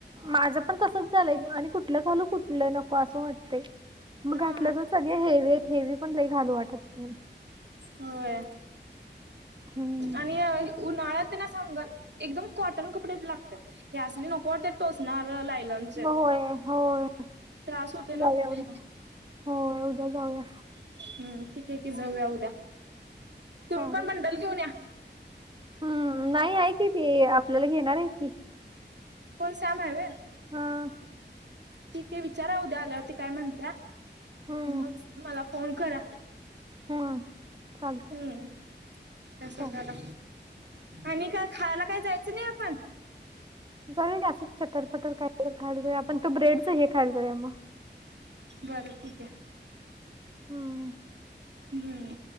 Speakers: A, on the right; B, on the right.
A: माझ पण तसच झालंय आणि कुठलं घालू, कुठलं नको असं वाटतंय. मग
B: हा.
A: घातलं तर सगळ हेवी आहेत, हेवी पण लई घालू वाटतं नाही.
B: होय.
A: हम्म.
B: आणि उन्हाळ्यात ना असं अंगात एकदम कॉटन कपडे लागतात हे असली नको वाटत्यात टोचणार लायलन
A: मग होय होय.
B: त्रास होतोय ना
A: जाऊया
B: खूप
A: उद्या
B: मग
A: होय उद्या जाऊया
B: हम्म. ठीक आहे की जाऊया उद्या. तुम्ही
A: चालेल
B: पण बंडल घेऊन या.
A: हम्म नाही आहे कि ते आपल्याला घेणार आहे की.
B: कोण श्याम हाय होय?
A: हा.
B: ठीक आहे विचारा उद्या आल्यावर ती काय म्हणत्या,
A: हम्म
B: मग मला फोन करा.
A: हम्म चालते
B: हम्म. तस
A: चालेल
B: करा आणि काय? खायला काय जायचं नाही आपण?
A: जाऊया की असंच चटरपटर कायतर खायला जाऊया. आपण तो ब्रेडच हे खायला जाऊया मग
B: बरं ठीक आहे.
A: हम्म.
B: हम्म